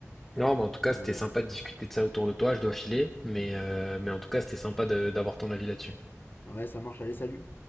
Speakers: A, in the centre; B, on the left.
A: Non, mais en tout cas,
B: Ouais.
A: c'était sympa de discuter de ça autour de toi. Je dois filer, mais euh, mais en tout cas, c'était sympa de- d'avoir ton avis là-dessus.
B: ouais, ça marche, allez, salut.